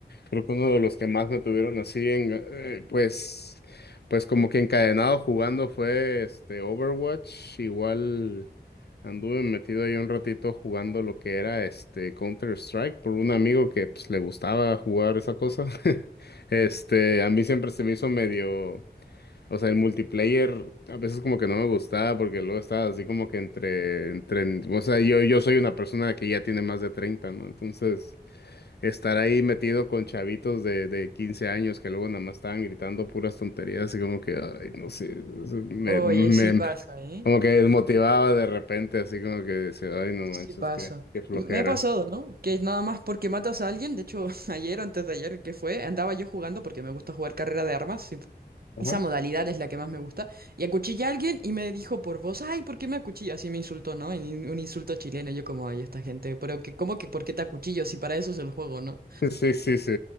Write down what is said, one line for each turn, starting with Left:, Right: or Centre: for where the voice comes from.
Left: Creo que uno de los que más me tuvieron así en, eh, pues, pues como que encadenado jugando fue este Overwatch. Igual anduve metido ahí un ratito jugando lo que era este Counter-Strike por un amigo que pues le gustaba jugar esa cosa. <laughs> Este, a mí siempre se me hizo medio, o sea, el multiplayer a veces como que no me gustaba porque luego estaba así como que entre, entre, o sea, yo, yo soy una persona que ya tiene más de treinta ¿no? Entonces estar ahí metido con chavitos de, de 15 años que luego nada más estaban gritando puras tonterías, así como que, ay, no sé, eso me,
Right: Oye,
Left: me-
Right: sí pasa, ¿eh?
Left: como que desmotivaba de repente, así como que decía, ay, no
Right: Sí
Left: manches,
Right: pasa.
Left: qué, qué flojera.
Right: Me ha pasado, ¿no? Que nada más porque matas a alguien, de hecho, <laughs> ayer o antes de ayer que fue, andaba yo jugando porque me gusta jugar carrera de armas,
Left: Ajá.
Right: Esa modalidad es la que más me gusta. Y acuchillé a alguien y me dijo por voz, ay, ¿por qué me acuchillas? Así me insultó, ¿no? En in- un insulto chileno, yo como, ay, esta gente, pero que, ¿cómo que por qué te acuchillo si para eso es el juego, ¿no?
Left: Sí, sí, sí.